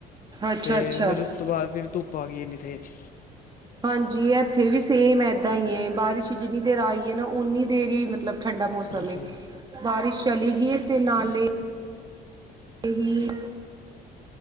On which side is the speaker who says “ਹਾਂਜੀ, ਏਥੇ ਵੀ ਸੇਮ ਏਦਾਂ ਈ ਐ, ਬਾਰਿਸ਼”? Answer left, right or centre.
Right